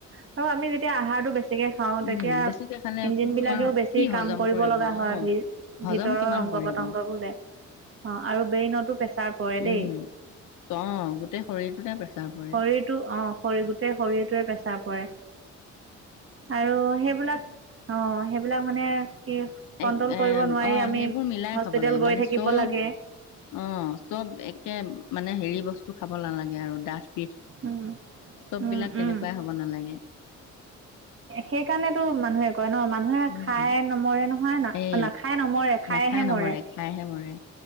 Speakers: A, on the right; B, on the left.
A: আৰু আমি যেতিয়া আহাৰটো বেছিকে খাওঁ তেতিয়া
B: উম বেছিকে খালে
A: ইঞ্জিনবিলাকেও
B: তো তোমাৰ
A: বেছি
B: কি
A: কাম
B: হজম
A: কৰিব লগা
B: অ
A: হয় ভ
B: হজম
A: ভিতৰৰ
B: কিমান
A: অংগ
B: কৰিব
A: পতংগ বোলে অ' আৰু ব্ৰেইনতো প্ৰেছাৰ পৰে
B: উম
A: দেই।
B: অ', গোটেই শৰীৰটোতে প্ৰেছাৰ পৰে।
A: শৰীৰটো অ', শৰীৰৰ গোটেই শৰীৰটোৱে প্ৰেছাৰ পৰে আৰু সেইবিলাক অ', সেইবিলাক মানে কি কণ্ট্ৰল
B: এক এ
A: কৰিব নোৱাৰি
B: অ
A: আমি
B: সেইবোৰ মিলাই
A: হস্পিতেল
B: খাব লাগে
A: গৈ
B: মানে
A: থাকিব
B: চব
A: লাগে।
B: অ', চব একে মানে হেৰি বস্তু খাব নালাগে আৰু ডাঠ পিঠ।
A: উম
B: চববিলাক
A: উম
B: তেনেকুৱাই
A: উম
B: হ'ব নালাগে।
A: সেইকাৰণেতো মানুহে কয় ন মানুহ নে
B: উম
A: খাই নমৰে নহয় না
B: সেয়ে
A: নাখায় নমৰে খাইহে
B: নাখায় নমৰে
A: মৰে।
B: খাইহে মৰে।